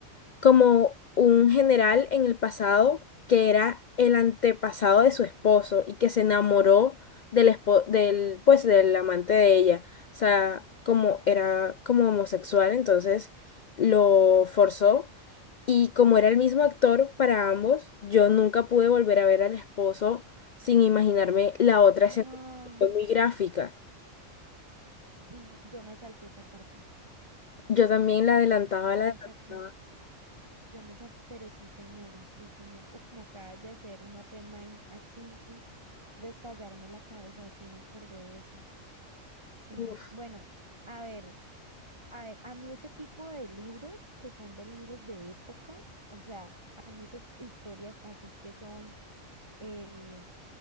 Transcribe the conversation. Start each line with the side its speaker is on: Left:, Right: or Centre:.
Left: como un general en el pasado que era el antepasado de su esposo y que se enamoró del espo- del pues del amante de ella. O sea, como era como homosexual, entonces lo forzó y como era el mismo actor para ambos, yo nunca pude volver a ver al esposo sin imaginarme la otra escena
Right: Ah,
Left: que fue muy gráfica.
Right: sí, yo me salté esa parte.
Left: Yo también la adelantaba,
Right: Yo
Left: la
Right: me
Left: adelantaba.
Right: salté Yo me salté, pero sí, señora, sí, señora. Uf, me acabas de hacer un open mind aquí, de estallarme la cabeza, sí, me acordé de eso. Sí,
Left: Uf,
Right: bueno, a ver, a ver, a mí ese tipo de libros que son de libros de época, o sea, a mí esas historias así que son eh,